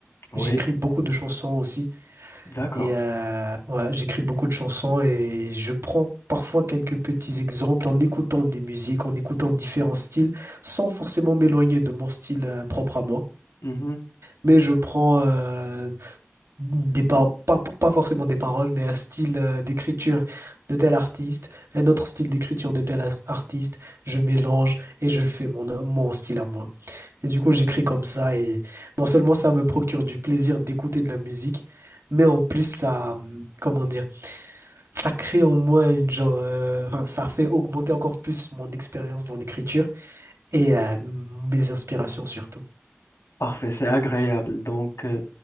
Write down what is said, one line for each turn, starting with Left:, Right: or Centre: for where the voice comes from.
Left: Oui,
Right: J'écris beaucoup de chansons aussi.
Left: d'accord.
Right: Et euh, ouais, j'écris beaucoup de chansons et je prends parfois quelques petits exemples en écoutant des musiques, en écoutant différents styles, sans forcément m'éloigner de mon style euh, propre à moi.
Left: Mhm,
Right: Mais je prends euh, des par- pas, pas forcément des paroles, mais un style euh, d'écriture de tel artiste, un autre style d'écriture de tel ar- artiste. Je mélange et je fais mon, mon style à moi. Et du coup, j'écris comme ça et non seulement ça me procure du plaisir d'écouter de la musique, mais en plus ça, hum, comment dire? ça crée en moi une genre, euh, enfin, ça fait augmenter encore plus mon expérience dans l'écriture et euh, mes inspirations surtout.
Left: Parfait, c'est agréable. Donc, euh,